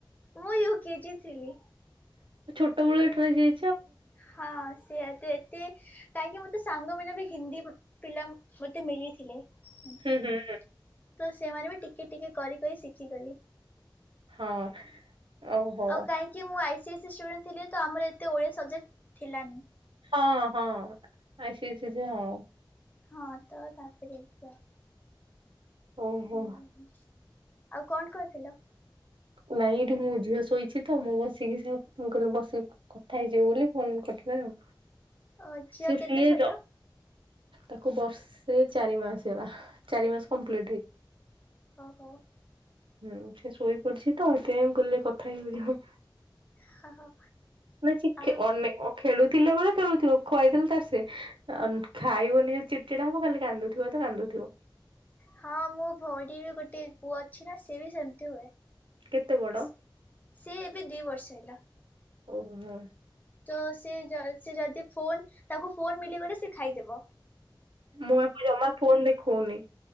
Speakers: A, on the left; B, on the right.
A: ମୁଁ ୟୁ କେଜି ଥିଲି
B: ଛୋଟ ବେଳୁ ଏଇଠି ରହି ଯାଇ
A: ହଁ ସ ସେୟା ତ ଏତେ କାହିଁକି ମୋତେ ସାଙ୍ଗମାନେ ବି ହିନ୍ଦୀ ଉଁ ପିଲା ମ ମତେ ମିଳିଥିଲେ। ଏମିତି
B: ହୁଁ ହୁଁ
A: ତ ସେମାନେ ବି ଟିକେ ଟିକେ କରି କରି ଶିଖିଗଲି।
B: ହଁ। ଓହୋ
A: ଆଉ କାହିଁକି ମୁଁ I C A C student ଥିଲି ତ ଆମର ଏତେ ଓଡ଼ିଆ ସବଜେକ୍ଟ ଥିଲାନି।
B: ହଁ ହଁ ଆଇ ସି ଏ ସି ଯେ ହଁ।
A: ହଁ ତ ତାପରେ ଏମିତି ଆଉ।
B: ଓହୋ
A: ଓହୋ ଆଉ କଣ କରୁଥିଲ?
B: ନାଇଁ ଏଇଠି ମୋ ଝିଅ ଶୋଇଛି ତ ମୁଁ ବସିକି ସେୟା କହିଲି ବସିକି କଥା ହେଇଯିବ ବୋଲି ଫୋନ କରିଥିଲେ ଆଉ
A: ଓ ଝିଅ
B: ସେ
A: କେତେ
B: ସିଏ
A: ଛୋଟ?
B: ଯ ତାକୁ ବର୍ଷେ ଚାରି ମାସ ହେଲା। ଚାର ମାସ କମ୍ପ୍ଲିଟ୍ ହେଇନି
A: ହଁ ହଉ।
B: ହୁଁ ସେ ଶୋଇ ପଡିଛି ତ ହେଇଥି ପାଇଁ ମୁଁ କହିଲି କଥା ହେଇଯିବ।
A: ହ ହଉ
B: ନାଇ ସେ
A: ଆଉ
B: ଅନେକ ଖେଳୁଥିଲେ ବଳେ ଖେଳୁଥିବ ଖୁଆଇଦେଲେ ତାର ସେ ଅ ଖାଇବନି ଚିଟଚିଟା ହବ ଖାଲି କାନ୍ଦୁଥିବ ତ କାନ୍ଦୁଥିବ।
A: ହଁ ମୋ ଭଉଣୀ ବି ଗୋଟେ ପୁଅ ଅଛି ନା ସେଏ ବି ସେମିତି ହୁଏ।
B: କେତେ ବଡ?
A: ସିଏ ଏବେ ଦି ବର୍ଷ ହେଲା।
B: ଓହୋ।
A: ତ ସେ ସେ ଯଦି ଫୋନ ତାକୁ ଫୋନ ମିଳିଗଲେ ସେ ଖାଇଦବ।
B: ମୁଁ ଆକୁ ଜମା ଫୋନ ଦେଖଉନି।